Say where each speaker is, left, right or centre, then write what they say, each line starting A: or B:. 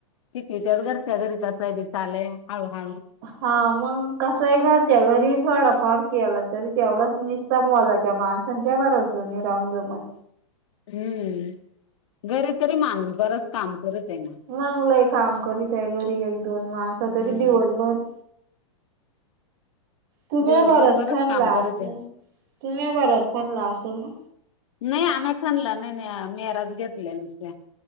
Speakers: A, on the left; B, on the right.
A: शिकवीत्यात घरच्या घरी तसं बी चालाया हळू हळू.
B: हा मंग कसाय घरच्या घरी थोडा फार केला तरी ते एवढाच निस- त्या मोलाच्या माणसांच्या भरोशावर नई राहून जमत.
A: हम्म, घरी तरी माणूस बराच काम करतय ना?
B: मंग लय काम करीतय घरी एक दोन माणस तरी
A: हम्म
B: दिवसभर- तुम्या
A: दिवसभर
B: बरच खनला
A: काम करत
B: असेल,
A: आहे
B: तुम्या बरच खनल असेल ना?
A: नही आम्या खनल् नाही नाही, मेहराज घेतल्या नुसत्या.